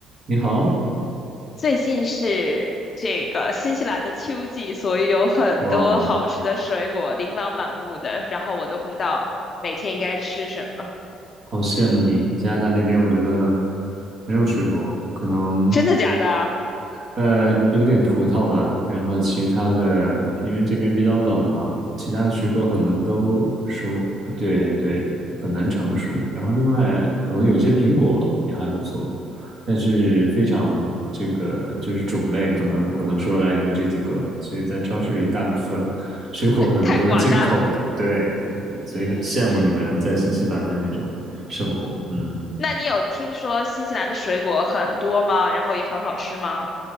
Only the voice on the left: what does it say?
最近是这个新西兰的秋季，所以有很多好吃的水果，
琳琅满目的，然后我都不知道每天应该吃什么。
真的假的啊
太寡淡了。
嗯，
那你有听说新西兰的水果很多吗？然后也很好吃吗？